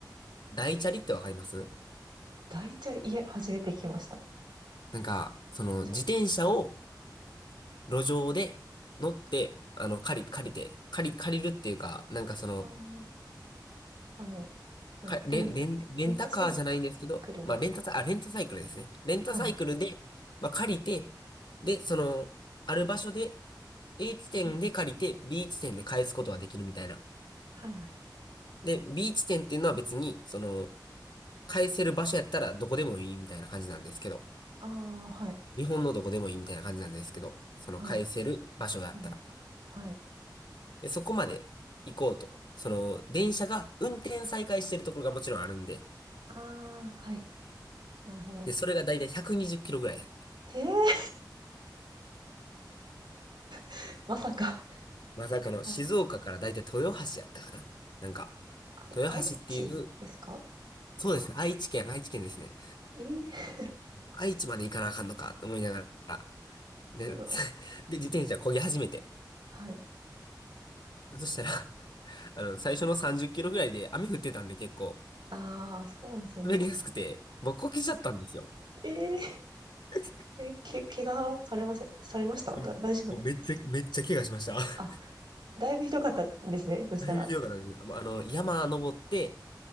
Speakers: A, on the left; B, on the right.
A: 大チャリってわかります
B: 大チャリ、いえ、初めて聞きました。
A: なんか、その、
B: チャリ、
A: 自転車を路上で乗って、あの、借り、借りて、借り、借りるっていうか、なんかその、
B: ああ、あの、なんだ、
A: か、レン、
B: レン、
A: レン、レンタカーじゃないんですけど、
B: レンタサイクルみたい
A: まあ、レンタサイ、あ、レンタサイクルですね。レンタサイクルで、
B: な。はい。
A: まあ、借りて、で、その、ある場所で、A 地点で借りて、
B: うん
A: B 地点で返すことができるみたいな。
B: はいはい。
A: で、B 地点っていうのは別に、その、返せる場所やったらどこでもいいみたいな感じなんですけど、
B: ああ、はい、
A: 日本のどこでもいいみたいな感じなんですけど、その返せる場所だったら。
B: はい。うん、はい。
A: で、そこまで行こうと。その、電車が運転再開してるところがもちろんあるんで、
B: ああ、はい。なるほど。
A: で、それがだいたい120キロぐらい。
B: へえ、<laughs> まさか。
A: まさかの静岡からだいたい豊橋やったかななんか、
B: はい。あい愛知ですか
A: 豊橋っていう、そうですね、愛知県、愛知県ですね。
B: ええ、
A: 愛知まで行かなあかんのかと思いながら、で、
B: うわ、
A: <laughs> で、自転車漕ぎ始めて。
B: はい。
A: そしたら、あの、最初の30キロぐらいで雨降ってたんで結構、
B: ああ、そうですよね。
A: 滑りやすくて、僕こけちゃったんですよ。
B: え
A: <laughs>
B: ええ、け、怪我されませんされましただ大丈夫だっ
A: うんもうめっちゃ、めっちゃ怪我しました。<laughs>
B: たあ、だいぶひどかったんですね、そしたら。
A: だいぶ良かったです。もうあの、山登って、